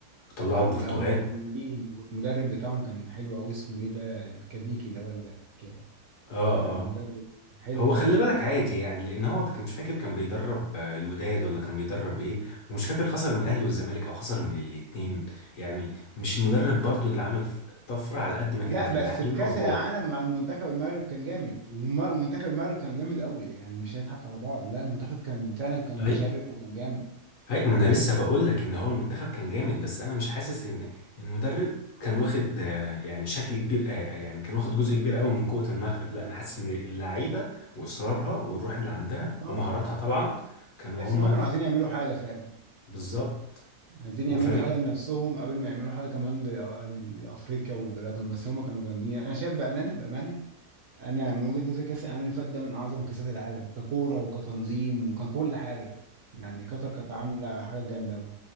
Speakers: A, on the left (about 60°); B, on the right (about 60°).
A: طلعوا البرتغال
B: لا هم كانوا جامدين والمدرب بتاعهم كان حلو قوي اسمه ايه ده الكديكي ده ولا ك-
A: اه
B: آه، مدرب
A: اه
B: حلو
A: هو خلي
B: قوي
A: بالك عادي يعني لان هو ده كان- مش فاكر كان بيدرب آه، الوداد ولا كان بيدرب ايه ومش فاكر خسر من الاهلي والزمالك او خسر من الاتنين يعني مش المدرب برضو اللي عمل ف- طفرة على قد ما كانت
B: لا بس
A: اللعيبة
B: في كاس
A: والروح
B: العالم مع المنتخب المغرب كان جامد وم- ومنتخب المغرب كان جامد قوي يعني مش هنضحك على بعض لا المنتخب كان فعلا كان
A: هي
B: مشرف وكان جامد
A: هي ما انا لسه
B: آه،
A: بقول لك ان هو المنتخب كان جامد بس انا مش حاسس ان المدرب كان واخد آه، يعني شكل كبير آه، آه، يعني كان واخد جزء كبير قوي من قوة المغرب لا انا حاسس ان اللعيبة واصرارها والروح اللي عندها
B: طبعا
A: ومهاراتها
B: طبعا
A: طبعا كانوا
B: تحس
A: هما
B: ان هم كانوا عايزين يعملوا حاجه فعلا
A: بالظبط
B: عايزين
A: وفريق
B: يعملوا حاجه لنفسهم قبل ما يعملوا حاجه كمان ل- لافريقيا ولبلادهم بس هم كانوا جامدين انا شايف بامانه بامانه انا من وجهة نظري كاس العالم اللي فات ده من اعظم كاسات العالم ككوره وكتنظيم وككل حاجه يعني قطر كانت عامله حاجه جامده قوي